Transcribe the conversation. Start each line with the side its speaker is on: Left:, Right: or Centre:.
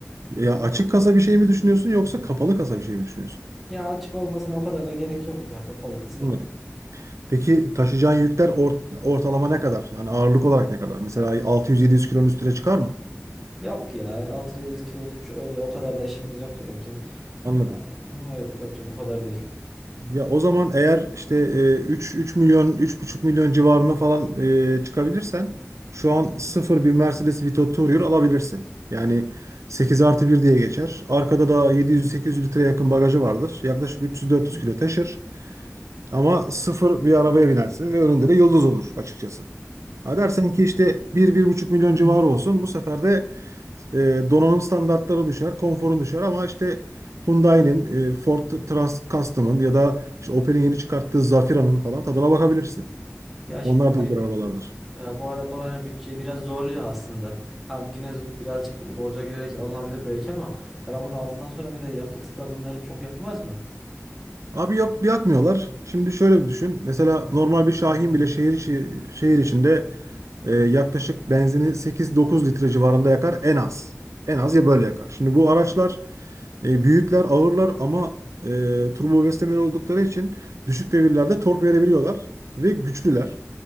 Right: Ya açık kasa bir şey mi düşünüyorsun yoksa kapalı kasa bir şey mi düşünüyorsun?
Centre: Ya açık olmasına o kadar da gerek yok ya kapalı kasa.
Right: Anladım. Peki taşıyacağın yükler or- ortalama ne kadar? Yani ağırlık olarak ne kadar? Mesela 600-700 kilonun üstüne çıkar mı?
Centre: Yok ya altı yedi yüz kiloluk bir şey öyle o kadar da işimiz yok yani bizim.
Right: Anladım.
Centre: Ya, hı, öyle- yok yok o kadar değil.
Right: Ya o zaman eğer işte e, 3 3 milyon üç buçuk milyon civarına falan e, çıkabilirsen şu an sıfır bir Mercedes Vito Tourer alabilirsin. Yani 8 artı 1 diye geçer. Arkada da 700-800 litre yakın bagajı vardır. Yaklaşık 300-400 kilo taşır. Ama sıfır bir arabaya binersin ve önünde de yıldız olur açıkçası. Ha dersen ki işte 1 buçuk milyon civarı olsun. Bu sefer de e, donanım standartları düşer, konforun düşer ama işte Hyundai'nin, e, Ford Trans Custom'ın ya da işte Opel'in yeni çıkarttığı Zafira'nın falan tadına bakabilirsin.
Centre: Ya
Right: Onlar
Centre: şimdi
Right: da güzel arabalardır.
Centre: ya bu arabalar hani bütçeyi biraz zorluyor aslında. Ha yine z- birazcık borca girerek alınabilir belki ama ya ben bunu aldıktan sonra bir de yakıtı da bunların çok yakmaz mı?
Right: Abi yok yakmıyorlar. Şimdi şöyle bir düşün. Mesela normal bir Şahin bile şehir içi, şehir içinde e, yaklaşık benzini 8-9 litre civarında yakar en az. En az ya böyle yakar. Şimdi bu araçlar e, büyükler, ağırlar ama e, turbo beslemeli oldukları için düşük devirlerde tork verebiliyorlar ve güçlüler.